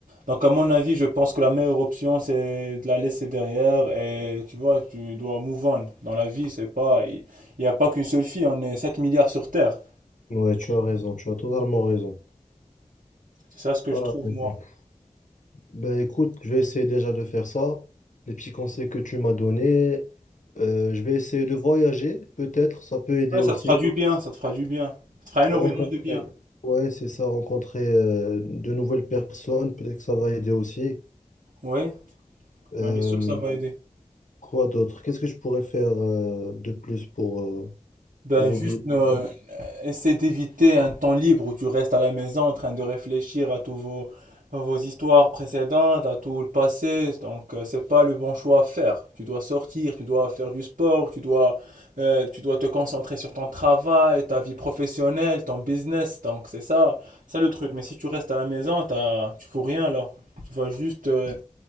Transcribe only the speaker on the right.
Donc, à mon avis, je pense que la meilleure option, c'est de la laisser derrière et tu vois, tu dois move on. Dans la vie, c'est pas, il n'y a pas qu'une seule fille, on est 7 milliards sur Terre.
C'est ça ce que
je trouve,
moi.
Ouais, ça
te fera du bien, ça te fera du bien. Ça te fera énormément
de bien.
Oui,
bien sûr que ça va aider.
Ben
juste euh,
euh, essaie d'éviter un temps libre où tu restes à la maison en train de réfléchir à tous vos, vos histoires précédentes, à tout le passé. Donc euh, c'est pas le bon choix à faire. Tu dois sortir, tu dois faire du sport, tu dois euh, tu dois te concentrer sur ton travail, ta vie professionnelle, ton business. Donc c'est ça, ça le truc. Mais si tu restes à la maison, t'as, tu fous rien là. Tu vas juste euh,